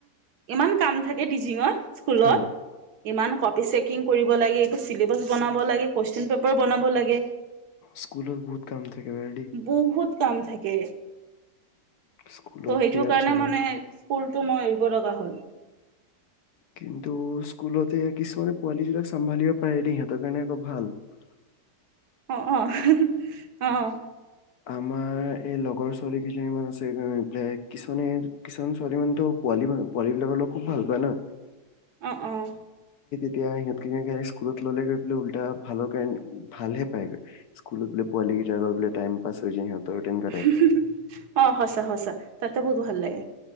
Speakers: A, on the right (about 65°); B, on the left (about 65°).
A: ইমান কাম থাকে জিংত স্কুলত
B: হা
A: ইমান কপি চেকিং কৰিব লাগে চিলেবাছ বনাব লাগে কোৱেশ্যন পেঁপাৰ বনাব লাগে
B: স্কুলত বহুত কাম থাকে বাৰু দেই
A: বহুত কাম থাকে
B: স্কুলত
A: ত সেইটো
B: বিৰাট
A: কাৰণে
B: জ্বালা
A: মানে স্কুল টো মই এৰিব লগা হ'ল।
B: কিন্তু স্কুলতে কিছুমানে পোৱালী জিলাক চম্ভালিব পাৰে দেই, সিহঁতৰ কাৰণে আকৌ ভাল ।
A: অ অ <unintelligible> আহ
B: আমাৰ এই লগৰ ছোৱালী কেইজনীমান আছে, কিছুমানে কিছুমান ছোৱালী মানতো পোৱালী পোৱালী বিলাকৰ লগত খুব ভাল পায় ন।
A: অঁ অঁ।
B: এতিয়া সিহঁতকেইজন স্কুলত ল'লে <unintelligible> উল্টা ভালৰ কাৰণে ভাল হে পায়গৈ, স্কুলত বোলে পোৱালি কেইট বোলে টাইম পাছ হৈ যাই সিহঁতৰ। তেনেকুৱা
A: <unintelligible>
B: টাইপৰ
A: অ সঁচা সঁচা তাতে বহুত ভাল লাগে।